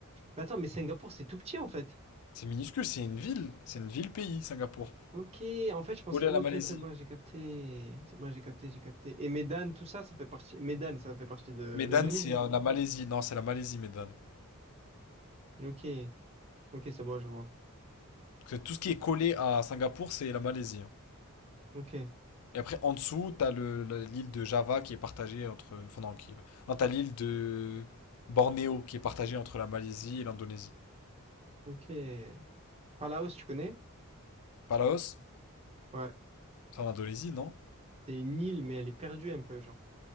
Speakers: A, on the right; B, on the left.
A: Mais attends, mais Singapour, c'est tout petit en fait.
B: C'est minuscule, c'est une ville. C'est une ville-pays, Singapour.
A: Ok, en fait, je pensais,
B: Collé
A: ouais,
B: à la
A: ok,
B: Malaisie.
A: c'est moi, j'ai capté. C'est moi, j'ai capté, j'ai capté. Et Medan, tout ça, ça fait partie. Medan, ça fait partie de
B: Medan,
A: l'Indonésie.
B: c'est euh, la Malaisie. Non, c'est la Malaisie, Medan.
A: Ok, ok, c'est bon, je vois.
B: Parce que Tout ce qui est collé à Singapour, c'est la Malaisie. hein.
A: Ok,
B: Et après, en dessous, t'as le, la- l'île de Java qui est partagée entre. Enfin, non, qui... non, t'as l'île de Bornéo qui est partagée entre la Malaisie et l'Indonésie.
A: ok. Palaos, tu connais?
B: Palaos?
A: Ouais.
B: C'est en Indonésie, non?
A: C'est une île, mais elle est perdue un peu, genre.